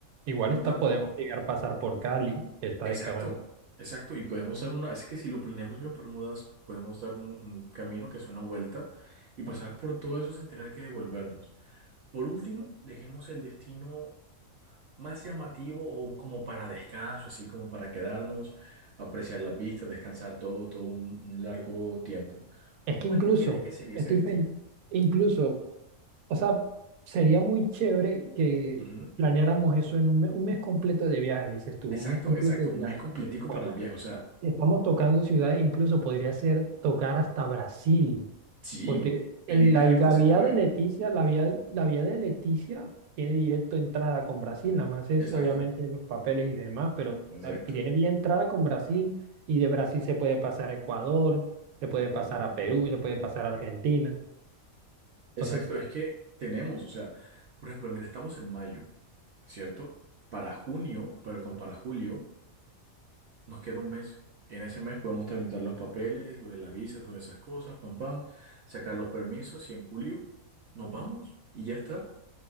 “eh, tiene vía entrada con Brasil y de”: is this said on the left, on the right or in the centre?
Right